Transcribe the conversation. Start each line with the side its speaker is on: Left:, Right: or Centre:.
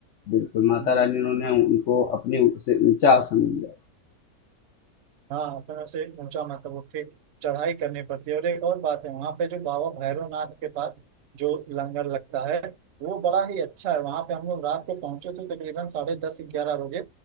Left: बिल्कुल, माता
Right: हम्म।
Left: रानी उन्होंने उनको अपने से ऊँचा आसन दिया।
Right: हाँ अपने से ऊंचा मतलब उठे चढ़ाई करनी पड़ती है और एक और बात है वहाँ पे जो बाबा भैरवनाथ के पास जो लंगर लगता है वो बड़ा ही अच्छा है वहाँ पे हम लोग रात को पहुंचे थे तकरीबन साढ़े दस ग्यारह बजे